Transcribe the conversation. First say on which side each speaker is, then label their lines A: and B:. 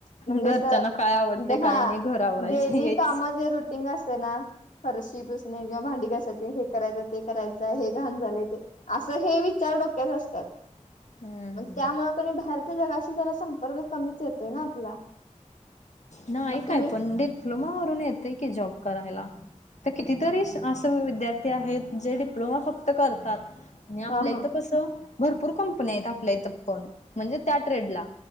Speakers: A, on the left; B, on the left.
A: म्हणजे
B: घरच्यांना
A: असं
B: काय आवडतंय
A: डे-
B: काय
A: हा
B: नाही घर आवरायचं
A: डेली
B: हेच
A: कामं जे रूटिंग असतंय ना फरशी पुसणे किंवा भांडी घासायची आहेत हे करायचंय ते करायचंय हे घाण झालंय ते असं हे विचार डोक्यात असत्यात.
B: हम्म
A: आणि त्यामुळं कणी बाहेरच्या जगाशी जरा संपर्क कमीच येतोय ना आपला.
B: नाही
A: मग तुम्ही
B: काय पण डिप्लोमा वरून येतंय की जॉब करायला. आता कितीतरी स- असे विद्यार्थी आहेत जे डिप्लोमा फक्त करतात. आणि आपल्या
A: हा हा
B: इथं कसं भरपूर कंपन्या आहेत आपल्या इथं पण म्हणजे त्या ट्रेडला.